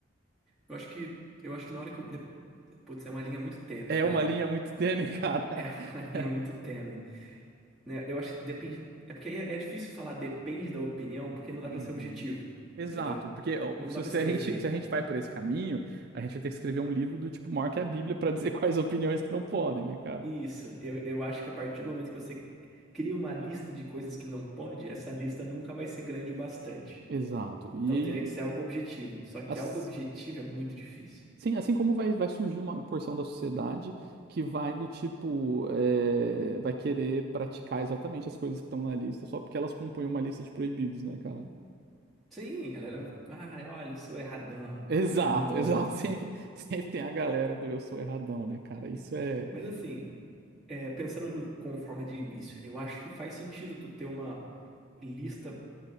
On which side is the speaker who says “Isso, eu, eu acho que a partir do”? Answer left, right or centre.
Centre